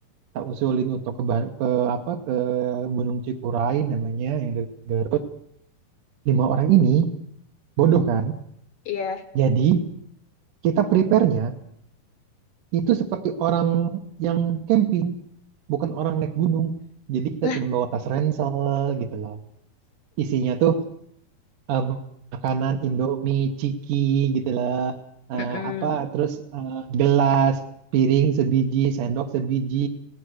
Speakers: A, on the right; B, on the left.
A: tak usulin untuk ke, Ba- ke apa ke Gunung Cikuray namanya yang dari Garut. Lima orang ini bodoh kan?
B: Iya.
A: Jadi kita prepare-nya itu seperti orang yang camping, bukan orang naik gunung. Jadi kita
B: Lah,
A: cuma bawa tas ransel gitu loh. Isinya tuh em, makanan Indomie, ciki gitu lah. Eh,
B: mm-mm.
A: apa terus eh, gelas, piring sebiji, sendok sebiji,